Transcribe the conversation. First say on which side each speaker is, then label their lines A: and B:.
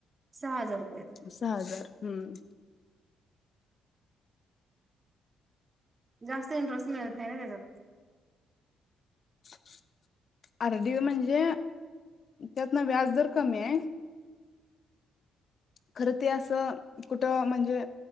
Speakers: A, on the right; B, on the left.
A: सहा हजार रुपये येताय.
B: सहा हजार, हम्म.
A: जास्त इंटरेस्ट मिळत नाही ना, त्याच्यात.
B: <unintelligible> आर डी म्हणजे त्यातनं व्याज दर कमी ये.
A: <inaudible>
B: खरं ते असं कुठं, म्हणजे